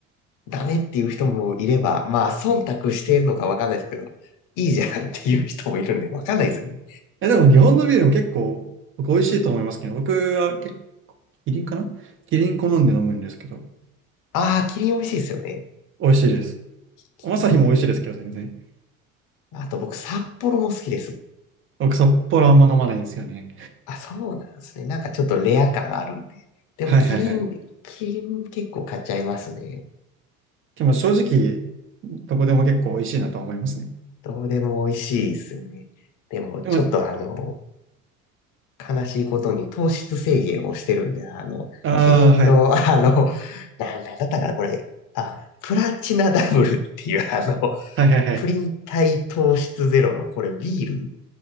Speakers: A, on the left (about 50°); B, on the right (about 30°).
A: ダメっていう人もいれば、まあ、忖度してんのかわかんないですけど、いいじゃんっていう人もいるんで、わかんないですよね。
B: え、でも日本のビールも結構僕美味しいと思いますけど、僕は結構、キリンかなキリン好んで飲むんですけど、
A: ああ、キリン美味しいですよね。
B: 美味しいです。
A: キリン、
B: アサヒも美味しいですけど、全然。
A: あと僕、札幌も好きです。
B: 僕、札幌あんま飲まないんですよね。
A: あ、そうなんですね。なんかちょっとレア感あるんで。でも、
B: はいはいはい。
A: キリン、キリン結構買っちゃいますね。
B: でも正直、どこでも結構美味しいなとは思いますね。
A: どうでも美味しいですよね。でも、
B: でも、
A: ちょっとあの、悲しいことに糖質制限をしてるんで、あの、
B: ああ、
A: キリンの、
B: はい。
A: あの、な、なんだったかな、これ。あ、プラチナダブルっていう、あの、
B: はいはいはい。
A: プリン体糖質ゼロの、これビール